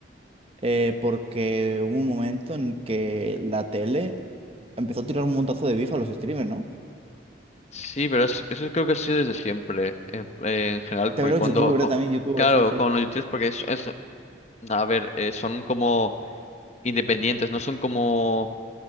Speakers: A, on the right; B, on the left.
A: eh, porque hubo un momento en que la tele empezó a tirar un montazo de bif a los streamers, ¿no?
B: Sí, pero es- eso creo que ha sido desde siempre, en, en general,
A: También
B: porque cuando,
A: los youtubers, ¿verdad?
B: co-
A: también youtubers,
B: claro,
A: sí, sí,
B: con
A: sí,
B: los youtubers, porque es, es- a ver, eh, son como independientes, no son como